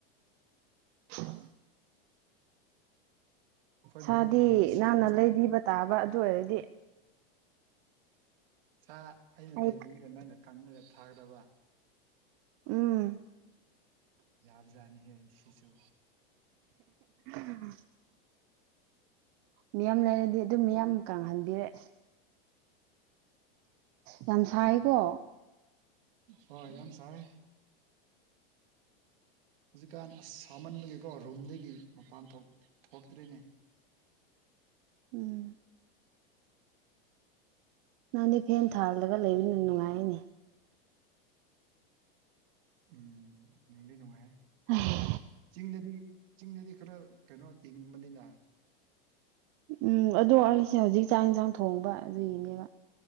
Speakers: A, on the right; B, on the right.
A: ꯎꯝ
B: ꯑꯩꯈꯣꯏ
A: ꯁꯥꯗꯤ
B: ꯃꯔꯨꯞꯅ ꯅꯨꯡꯁꯤꯅ
A: ꯅꯍꯟꯅ ꯂꯩꯕꯤꯕ ꯇꯥꯕ ꯑꯗꯨ ꯑꯣꯏꯔꯗꯤ
B: ꯁꯥ ꯑꯩꯅ
A: ꯑꯩ
B: ꯂꯩꯕꯤꯔꯒ ꯅꯪꯅ ꯀꯪꯉꯒ ꯊꯥꯒꯗꯕ
A: ꯎꯝ
B: ꯌꯥꯔꯖꯅꯤ ꯍꯦ ꯁꯤꯁꯨ
A: ꯎꯝ ꯃꯤꯌꯥꯝ ꯂꯩꯔꯗꯤ ꯑꯗꯨꯝ ꯃꯤꯌꯥꯝ ꯀꯪꯍꯟꯕꯤꯔꯦ ꯌꯥꯝ ꯁꯥꯏꯀꯣ
B: ꯎꯝ ꯍꯣꯏ ꯌꯦꯟꯁꯥꯏ ꯍꯧꯖꯤꯛꯀꯥꯟ ꯑꯁ ꯁꯥꯃꯟꯕꯒꯤꯀꯣ ꯔꯨꯝꯗꯒꯤ ꯃꯄꯥꯟ ꯊꯣꯛ ꯊꯣꯛꯇ꯭ꯔꯤꯅꯦ
A: ꯎꯝ ꯅꯪꯅꯦ ꯐꯦꯟ ꯊꯥꯜꯂꯒ ꯂꯩꯕꯅ ꯅꯨꯡꯉꯥꯏꯅꯦ
B: ꯎꯝ ꯅꯪꯗꯤ ꯅꯨꯡꯉꯥꯏꯍꯦ
A: ꯑꯁ
B: ꯆꯤꯡꯗꯗꯤ ꯆꯤꯡꯗꯗꯤ ꯈꯔ ꯀꯩꯅꯣ ꯏꯤꯡꯕꯅꯤꯅ
A: ꯎꯝ ꯑꯗꯣ ꯑꯩꯁꯦ ꯍꯧꯖꯤꯛ ꯆꯥꯛ ꯌꯦꯟꯁꯥꯡ ꯊꯣꯡꯕ ꯑꯗꯨꯒꯤꯅꯦꯕ